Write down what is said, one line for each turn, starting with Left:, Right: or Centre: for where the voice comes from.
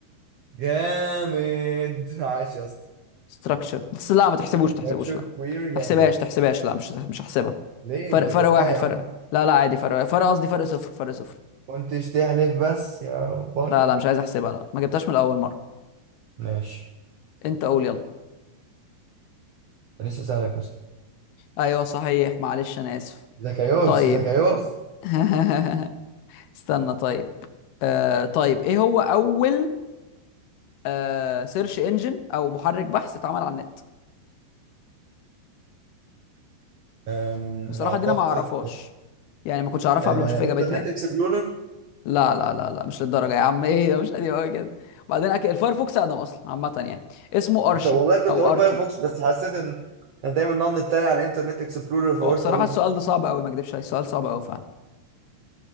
Right: جامد عاش يا اسطى
Left: structured بس لا ما تحسبوش تحسبوش
Right: Structured
Left: لا
Right: Query
Left: تحسبهاش
Right: Language
Left: تحسبهاش لا مش مش هحسبها
Right: ليه
Left: فرق
Right: انت
Left: فرق
Right: جاوبتها
Left: واحد
Right: يا
Left: فرق
Right: عم
Left: لا لا عادي فرق فرق قصدي فرق صفر فرق صفر
Right: كنتش تحلف بس يا باي
Left: لا لا مش عايز احسبها لا ما جبتهاش من اول مرة
Right: ماشي
Left: انت قول يلا
Right: لسه سألك بس
Left: ايوه صحيح معلش انا اسف
Right: زكايوس
Left: طيب
Right: زكايوس
Left: <laughs> استنى طيب آه طيب ايه هو اول آه سيرش انجن او محرك بحث اتعمل على النت
Right: أم،
Left: بصراحه
Right: اعتقد
Left: دي انا ما اعرفهاش يعني ما كنتش اعرفها
Right: أه،
Left: قبل ما اشوف اجابتها
Right: انترنت
Left: يعني
Right: اكسبلورر
Left: لا لا لا لا مش للدرجه يا عم ايه ده مش قديم قوي كده وبعدين اكيد الفايرفوكس اقدم اصلا عامه يعني اسمه ارشي
Right: طب والله كنت
Left: او
Right: اقول
Left: اركي
Right: فايرفوكس بس حسيت ان انا دايما نقعد نتريق على الانترنت اكسبلورر فقلت
Left: هو بصراحه
Right: اقوله
Left: السؤال ده صعب قوي ما اكدبش عليك السؤال صعب قوي فعلا